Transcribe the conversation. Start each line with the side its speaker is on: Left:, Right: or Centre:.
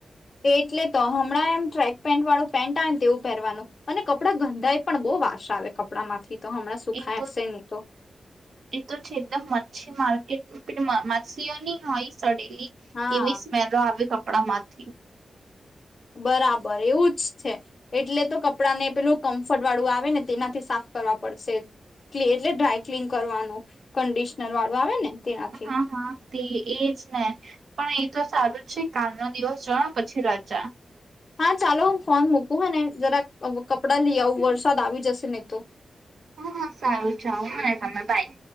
Left: એટલે તો હમણાં એમ ટ્રેક પેન્ટ વાળું પેન્ટ આવે તેવું પેરવાનું અને કપડા ગંધાાય પણ બો વાસ આવે કપડા માંથી તો હમણાં સુખાશે
Right: એ તો
Left: ની તો.
Right: એ તો છે એકદમ મચછી માર્કેટ પણ મચછીઓ ની હોય સડેલી
Left: હા
Right: એવી સ્મેલો આવી કપડા માંથી
Left: બરાબર એવું જ છે. એટલે તો કપડાં ને પેલું કમ્ફર્ટ વાળું આવે ને તેનાથી સાફ કરવા પડશે. એટલે ડ્રાય ક્લીન કરવાનું કંડિશનર વાળું આવે ને તેનાથી
Right: હા હા. તે એજ ને પણ એ તો સારું જ છે કાલનો દિવસ જવાનું પછી રજા.
Left: હા ચાલો હું ફોન મૂકું હ ને જરા કપડાં લઈ આવું વરસાદ આવી જશે નહી તો.
Right: હ હા સારું ચાલ <unintelligible> બાઈ